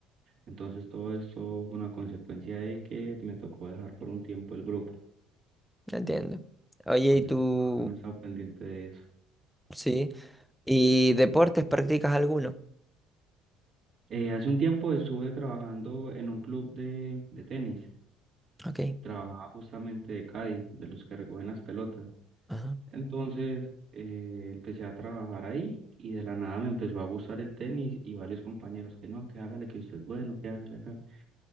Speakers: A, on the right (about 45°); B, in the centre.
A: Entonces todo esto fue una consecuencia de que me tocó dejar por un tiempo el grupo.
B: Entiendo. Oye,
A: Entonces
B: ¿y tú?
A: ahora no he estado pendiente de eso.
B: Sí. ¿Y deportes practicas alguno?
A: Eh, hace un tiempo estuve trabajando en un club de, de tenis.
B: Ok.
A: Trabajaba justamente de caddy, de los que recogen las pelotas.
B: Ajá.
A: Entonces eh, empecé a trabajar ahí y de la nada me empezó a gustar el tenis y varios compañeros que no, que hágale, que usted es bueno, que hágale, hágale.